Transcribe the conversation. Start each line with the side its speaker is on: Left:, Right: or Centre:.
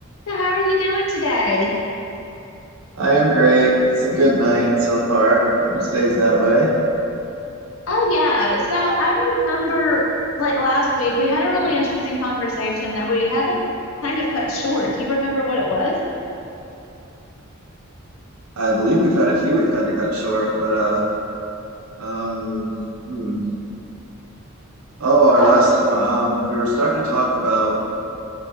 Left: So how are you doing today?
Right: I am great. It's a good night so far. Hope it stays that way.
Left: Oh yeah. So I remember like last week we had a really interesting conversation that we had to kind of cut short. Do you remember what it was?
Right: I believe we've had a few we've had to cut short, but uh um hmm. Oh, our
Left: Huh.
Right: last one.
Left: It's-
Right: Um we were starting to talk about